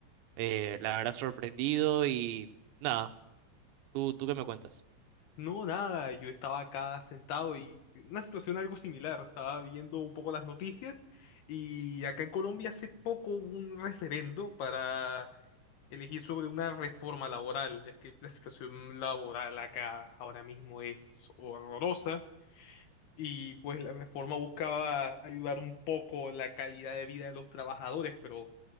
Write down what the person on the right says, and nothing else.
eh, la verdad, sorprendido y nada, ¿tú, tú qué me cuentas?